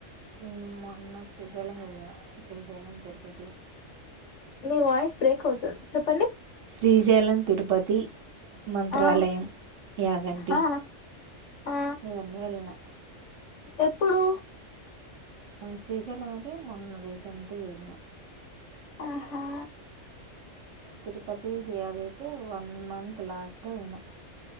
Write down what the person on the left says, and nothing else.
మీ వాయిస్ బ్రేక్ అవుతుంది చెప్
ఆ
ఆ ఆ
ఎప్పుడూ
ఆహా